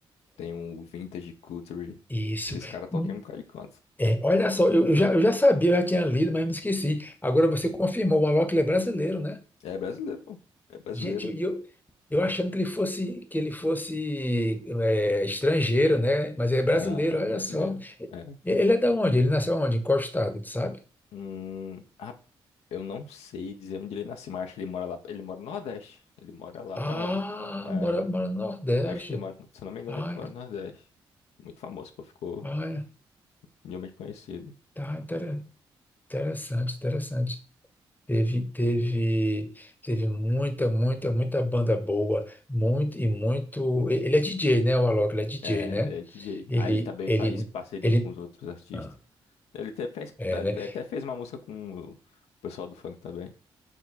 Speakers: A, on the left (about 75°); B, on the left (about 15°).
A: tem o Vintage Culture.
B: Isso.
A: Esses caras tocam
B: Hum,
A: em um bocado de canto.
B: é, olha só, eu, eu já, eu já sabia, eu já tinha lido, mas me esqueci. Agora você confirmou, o Alok ele é brasileiro, né?
A: É brasileiro, pô. É brasileiro.
B: Gente, eu, eu, eu achando que ele fosse que ele fosse é, estrangeiro, né? Mas é brasileiro,
A: Ah, é
B: olha
A: brasileiro.
B: só. E-
A: É.
B: Ele é da onde? Ele nasceu onde? Em qual estado, tu sabe?
A: Hum, Eu não sei dizer onde ele nasceu, mas acho que ele mora lá. Ele mora no Nordeste. Ele mora lá
B: Ah,
A: pra. é,
B: mora, mora no Nordeste.
A: acho que ele mora. no- Se eu não me engano,
B: Ah,
A: ele mora no Nordeste. Muito famoso, pô, ficou
B: olha,
A: mundialmente conhecido.
B: tá inter- interessante, interessante. Teve, teve, teve muita, muita, muita banda boa, muito e muito. e- Ele é DJ, né, o Alok? Ele é DJ,
A: É,
B: né?
A: é DJ.
B: Ele,
A: Ah, ele também
B: ele,
A: faz parceria
B: ele.
A: com os outros artistas.
B: ah,
A: Ele até fez,
B: é, né?
A: ele até fez uma música com o pessoal do funk também.